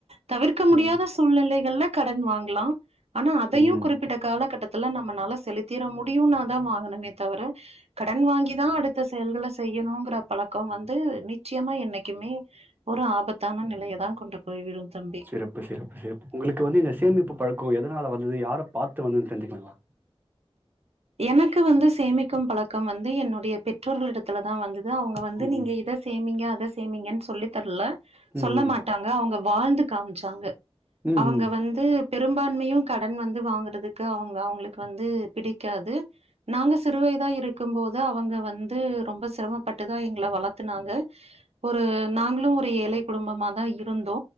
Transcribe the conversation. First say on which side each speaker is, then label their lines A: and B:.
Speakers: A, on the right (about 85°); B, on the right (about 20°).
A: தவிர்க்க முடியாத
B: ம் ம்
A: சூழ்நிலைக் எல்லா கடன் வாங்லா ஆனா அதையு
B: ம்
A: குறிப்பிட்ட காலகட்டத்துல நம்மலால செலுத்திர முடியுனா தா வாங்கனுமே தவுர கடன் வாங்கி தா அடுத்த செயல்கள செய்யனுங்குற பழக்கம் வந் ந்து நிச்சியமா என்னைக்குமே ஒரு ஆபத்தான நிலையதா கொண்டு போய் விடும் தம்பி
B: சிறப்பு சிறப்பு சிறப்பு உங்களுக்கு வந்து இந்த சேமிப்பு பழக் கோ எதுனால வந்தது யாரா பாத்து வந்ததுனு தெரிஞ்சுக்லாங்களா
A: எனக்கு வந்து சேமிக்கும் பழக்கம் வந்து என்னுடைய பெற்றோர்களிடத்துல தா வந்தது அதா அவுங்க வந்து
B: ம்
A: நீங்க இத சேமீங்க அத சேமிங்கனு சொல்லி தர்ல
B: ம்
A: சொல்லமாட்டாங்க
B: ம்
A: அவுங்க வாழ்ந்து காம்ச்சாங்க
B: ம்
A: அவங்க வந்து பெரும்பான்மையும் கடன் வந்து வாங்குறதுக்கு அவங்க அவங்களுக்கு வந்து பிடிக் க்காது நாங்க சிறுவயதா இருக்கும் போது அவுங்க வந்து ரொம்ப சிரமப்பட்டுதா எங்கள வளத் தாங்க ஒரு நாங்ளு ஒரு ஏழை குடும்பமாதா இருந்தோ